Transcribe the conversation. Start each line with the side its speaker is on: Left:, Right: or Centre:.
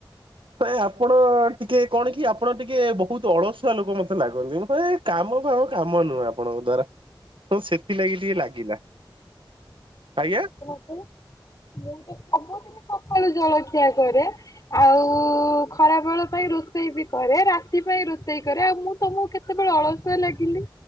Right: ତ ଆପଣ ଟିକେ କଣ କି ଆପଣ ଟିକେ ବହୁତ ଅଳସୁଆ ଲୋକ ମତେ ଲାଗନ୍ତି ମୁ କହିଲି କାମ କାମ କାମ ନୁହେଁ ଆପଣଙ୍କ <inaudible> ହଁ ସେଥିଲାଗି ଟିକେ ଲାଗିଲା ଆଜ୍ଞା।
Left: ମତେ। ମୁଁ ତ ସବୁ ସକାଳୁ ଜଳଖିଆ କରେ ଆଉ ଖରା ବେଳ ପାଇଁ ରୋଷେଇ ବି କରେ ରାତି ପାଇଁ ରୋଷେଇ କରେ ଆଉ ମୁଁ ତମକୁ କେତେବେଳେ ଅଳସୁଆ ଲାଗିଲି?